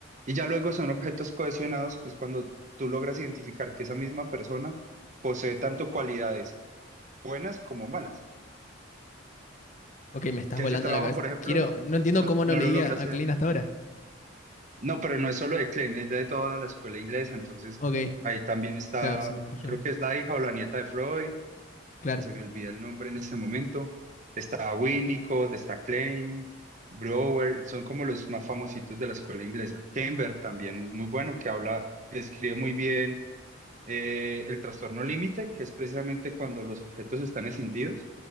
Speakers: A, on the right (about 40°); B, on the left (about 40°).
A: Y ya luego son objetos cohesionados, que es cuando tú logras identificar que esa misma persona posee tanto cualidades buenas como malas.
B: Ok, me estás
A: Que
B: volando
A: ese trabajo,
B: la cabeza.
A: por ejemplo,
B: Quiero, no entiendo
A: no,
B: cómo
A: no
B: no leía
A: lo logra hacer.
B: a Klein hasta ahora.
A: No, pero no es solo de Klein, es de toda la escuela inglesa. Entonces,
B: Ok,
A: ahí también está,
B: claro, se desarrolló.
A: creo que es la hija o la nieta de Freud
B: Claro.
A: y se me olvida el nombre en este momento. Está Winnicott, está Klein, Brower, son como los más famositos de la escuela inglesa. Kember también es muy bueno, que habla, describe muy bien eh, el trastorno límite, que es precisamente cuando los objetos están escindidos.